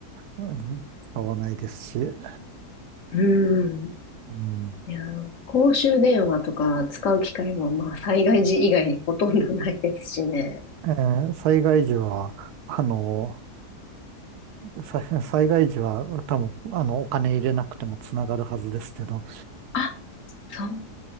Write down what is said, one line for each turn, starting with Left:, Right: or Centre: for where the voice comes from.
Right: うん、使わないですし、う
Left: うん。
Right: ん
Left: いやー、公衆電話とか使う機会もまあ災害時以外にほとんどないですしね。
Right: えー災害時は、あの、さ災害時は多分、あの、お金入れなくてもつながるはずですけど、
Left: あ、そう。